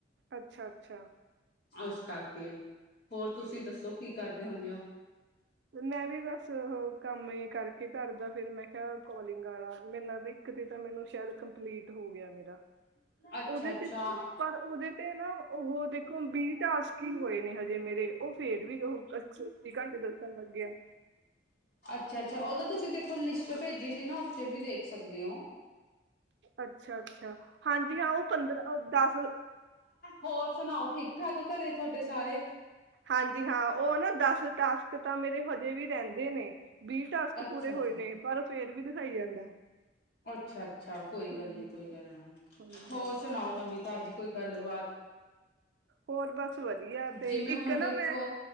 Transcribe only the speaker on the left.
ਆਸ ਕਰਕੇ, ਹੋਰ ਤੁਸੀਂ
ਦੱਸੋ ਕੀ ਕਰਦੇ ਹੁੰਨੇ ਓ?
<inaudible>
ਅੱਛਾ
ਅੱਛਾ-ਅੱਛਾ ਓਦਾ ਤੁਸੀਂ ਦੇਖੋ, ਲਿਸਟ ਭੇਜੀ ਸੀ ਨਾ, ਉੱਥੇ ਵੀ ਦੇਖ ਸਕਦੇ ਔਂ।
ਹੋਰ ਸੁਨਾਓ, ਠੀਕ-ਠਾਕ ਘਰੇ ਤੁਹਾਡੇ ਸਾਰੇ?
ਅੱਛਾ
ਅੱਛਾ
ਅੱਛਾ-ਅੱਛਾ, ਕੋਈ
ਗੱਲ ਨੀ,
ਕੋਈ ਗੱਲ।
ਹੋਰ
ਸੁਨਾਓ, ਨਵੀਂ- ਤਾਜ਼ੀ ਕੋਈ ਗੱਲਬਾਤ?
ਜਿਵੇਂ
ਹੁਨ, ਦੇਖੋ